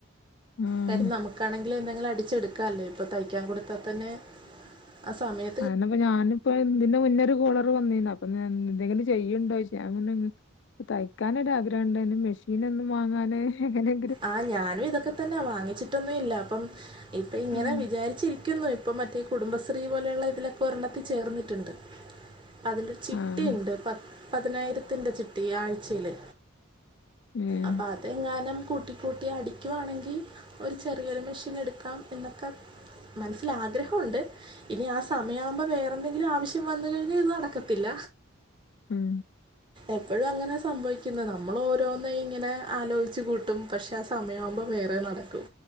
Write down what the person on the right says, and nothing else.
കാര്യം നമുക്കാണെങ്കിലും എന്തെങ്കിലും അടിച്ചെട്ക്കാല്ലോ ഇപ്പൊ തയ്ക്കാൻ കൊടുത്താ തന്നെ ആ സമയ
ആഹ് ഞാനും ഇതൊക്കെ തന്നാ വാങ്ങിച്ചിട്ടൊന്നൂല്ല. അപ്പം ഇപ്പൊ ഇങ്ങനെ
വിചാരിച്ചിരി ക്കുന്നു ഇപ്പൊ മറ്റേ കുടുംബശ്രീ പോലെയ്ള്ള ഇതിലൊക്കെ ഒരെണ്ണത്തി ചേർന്നിട്ട്ണ്ട് അതിൻ്റെ ചിട്ടിയുണ്ട്.
പ പതിനായിരത്തിന്റെ ചിട്ടി. ആഴ്ചയില്
അപ്പ അതെങ്ങാനും കൂട്ടിക്കൂട്ടി അടിക്കുവാണെങ്കി ഒരു ചെറിയൊരു മെഷീനെടുക്കാം എന്നൊക്കെ മൻസ്സ്ലാഗ്രഹ ഉണ്ട് ഇനി ആ സമയാവുമ്പ വേറെന്തെങ്കിലും ആവശ്യം വന്ന്കഴിഞ്ഞ ഇത് നടക്കത്തില്ല
എപ്പഴും അങ്ങനെ സംഭവിക്കുന്നെ. നമ്മൾ ഓരോന്ന് ഇങ്ങനെ ആലോയിച്ചുകൂ ട്ടും പക്ഷെ ആ സമയാവുമ്പ വേറെനടക്കും